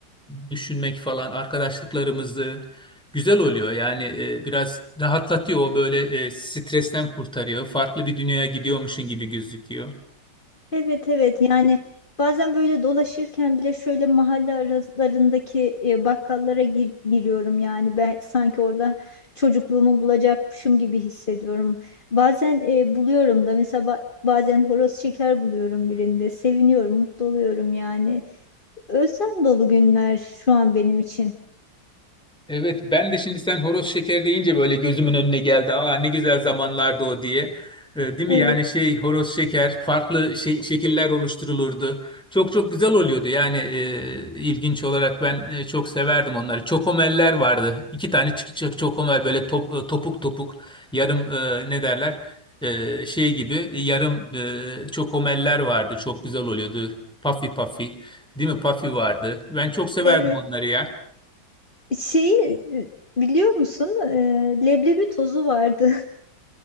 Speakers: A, in the centre; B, on the left.
A: e, düşünmek falan, arkadaşlıklarımızı güzel oluyor. Yani e, biraz rahatlatıyor o böyle e, stresten kurtarıyor. Farklı bir dünyaya gidiyormuşsun gibi gözüküyor.
B: Evet evet yani bazen böyle dolaşırken bile şöyle mahalle aralarındaki eee, bakkallara gir- giriyorum. Yani ben sanki orada çocukluğumu bulacakmışım gibi hissediyorum. Bazen eee, buluyorum da mesela ba- bazen horoz şeker buluyorum birinde. Seviniyorum, mutlu oluyorum yani. Özlem dolu günler şu an benim için.
A: Evet ben de şimdi sen horoz şeker deyince böyle gözümün önüne geldi. Aa ne güzel zamanlardı o diye. Ee, değil mi?
B: Evet,
A: Yani şey horoz şeker farklı şey, şekiller oluşturulurdu. Çok çok güzel oluyordu. Yani e, ilginç olarak ben e, çok severdim onları. Çokomeller vardı. İki tane çıkacak çokomel böyle top- e, topuk topuk yarım e, ne derler? E, şey gibi yarım e, çokomeller vardı. Çok güzel oluyordu. Puffy puffy. Değil mi? Puffy vardı. Ben çok severdim
B: evet.
A: onları ya.
B: Şeyi e, biliyor musun? E, leblebi tozu vardı.